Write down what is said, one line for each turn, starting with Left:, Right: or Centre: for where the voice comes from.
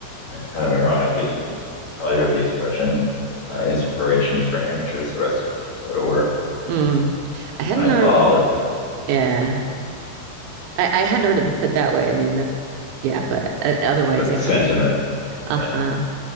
Left: And It's kind of ironic, but you, you've probably heard the expression, uh, inspiration is for amateurs. The rest of us just go to work.
Right: mm. I hadn't
Left: And I
Right: heard,
Left: followed that,
Right: yeah. I, I hadn't heard it put that way. I mean, that's, yeah, but uh, otherwise,
Left: but the
Right: yeah.
Left: sentiment,
Right: Uh-huh.
Left: yeah.